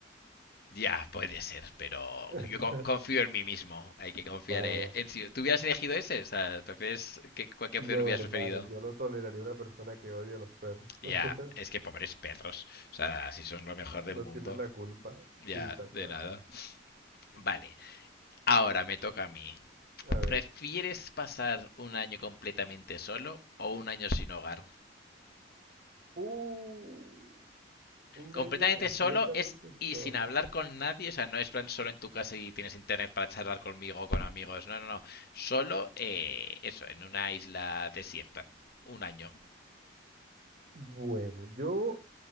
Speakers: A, on the left; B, on the right.
A: ya puede ser, pero
B: <laughs>
A: yo co- confío en mí mismo. Hay que confiar
B: Va,
A: eh,
B: va, va.
A: en si... ¿Tú hubieras elegido ese? O sea, ¿prefieres que, cualquier
B: No,
A: opción hubieras
B: hermano,
A: preferido?
B: yo no toleraría una persona que odia a los perros.
A: Ya,
B: <laughs>
A: es que pobres perros. O sea, si son lo mejor del
B: No
A: mundo.
B: tienen la culpa.
A: Ya,
B: Sí, tal
A: de
B: cual.
A: nada. Vale. Ahora me toca a mí.
B: A ver.
A: ¿Prefieres pasar un año completamente solo o un año sin hogar?
B: Uh, un
A: Completamente
B: año completamente
A: solo es y
B: solo.
A: sin hablar con nadie, o sea, no es plan solo en tu casa y tienes internet para charlar conmigo o con amigos, no, no, no. Solo eh, eso, en una isla desierta. Un año.
B: Bueno, yo